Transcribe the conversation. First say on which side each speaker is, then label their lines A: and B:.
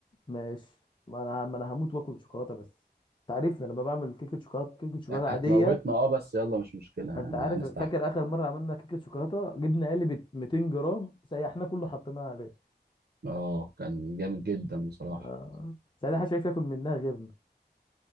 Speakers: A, on the left (about 25°); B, on the right (about 80°).
A: ماشي ما انا ما انا هموت واكل شوكولاته بس انت عارفني انا بعمل كيكه شوكولاته كيكه شوكولاته
B: هتموتنا
A: عاديه
B: اه بس يلا مش مشكلة
A: انت
B: انا
A: عارف
B: هنستحمل
A: فاكر اخر مره عملنا كيكه شوكولاته جبنا علبه 200 جرام سيحناه كله حطيناه عليه
B: اه كان جامد جدا بصراحة
A: آه. ساعتها محدش عارف ياكل منها غيرنا